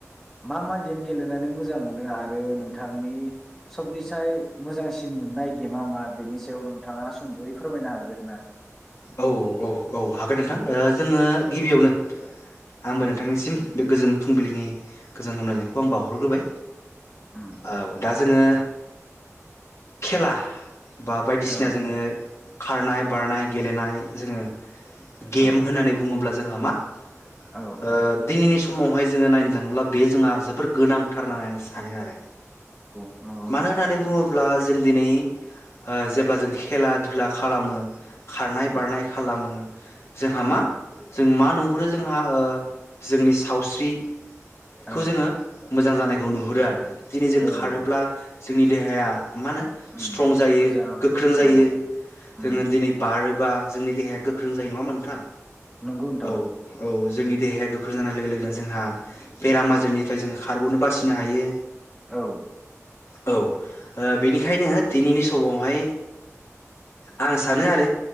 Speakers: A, in the centre; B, on the left.
A: मा मा गेम गेलेनानै मोजां मोनो आरो नोंथांनि सबनिसाय मोजांसिन मोननाय गेमा मा बेनि सायाव नोंथाङा सुंद'यै फोरमायनो हागोन
B: औ औ औ हागोन नोंथां ओ जोङो गिबियावनो आंबो
A: उम
B: नोंथांनिसिम बे गोजोन फुंबिलिनि गोजोन हामलायनायखौ आं बावहरग्रोबाय
A: उम
B: औ दा जोङो खेला बा बायदिसिना
A: औ
B: जोङो खारनाय बारनाय गेलेनाय जोङो गेम
A: औ
B: होननानै बुङोब्ला जों मामा ओ
A: औ
B: दिनैनि सम समावहाय जोङो नायनो थाङोब्ला बे जोंहा जोबोर गोनांथार होननानै आं सानो आरो
A: औ नंगौ
B: मानो
A: नोंथां
B: होननानै बुङोब्ला जों दिनै ओ जेब्ला जों खेला दुला खालामो खारनाय
A: उम
B: बारनाय खालामो जोंहा
A: औ
B: मा जों मा नं हरो जोंहा जोंनि सावस्रि बे
A: औ
B: खौ जोङो मोजां जानायखौ नुहुरो आरो दिनै जों
A: औ
B: खारोब्ला
A: औ
B: जोंनि देहाया मा होनो
A: उम
B: स्ट्रं जायो
A: मोजां
B: गोख्रों जायो
A: औ उम
B: जोङो दिनै बारो बा जोंनि देहाया गोख्रों जायो नङा होनबा नोंथां
A: नंगौ नोंथां
B: औ
A: नंगौ
B: औ जोंनि देहाया गोख्रों जानाय लोगो लोगोनो जोंहा बेराम आजारनिफ्राय जोङो खारग'नो बासिनो हायो
A: औ
B: औ बेनिखायनो दिनैनि समावहाय आं सानो आरो